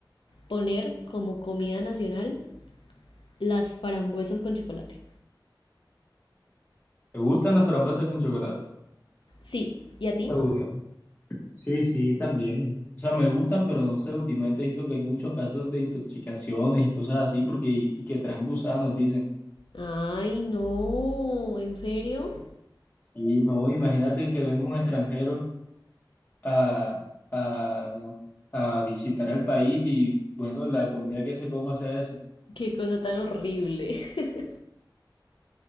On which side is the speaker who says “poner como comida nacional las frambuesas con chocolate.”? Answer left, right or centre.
Left